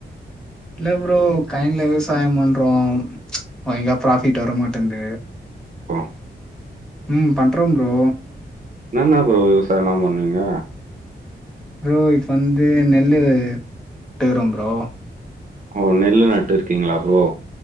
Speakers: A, in the centre; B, on the right.
A: இல்ல ப்ரோ கயின்ல விவசாய பண்றோ ஒய்ங்கா ப்ராஃபிட் வரமாட்டேந்து
B: ஆ
A: ம் பண்றோம் ப்ரோ
B: என்னன்ன ப்ரோ விவசாயல்லா பண்ணுவீங்க
A: ஃப்ரோ இப்ப வந்து நெல்லு தேரும் ஃப்ரோ
B: ஓ நெல்லு நட்டு இருக்கீங்களா ஃப்ரோ